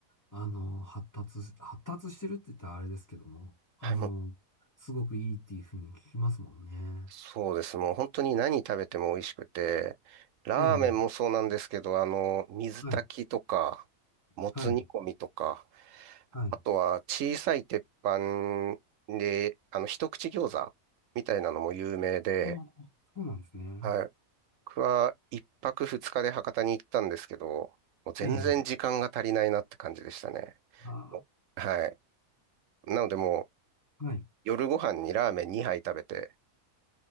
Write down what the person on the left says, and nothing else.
あの、発達し、発達してるって言ったらあれですけども、あの、
すごくいいっていうふうに聞きますもんね。
ええ、
はい、
はい、はい。
ああ、そうなんですね。
ええ、あ
あ、はい。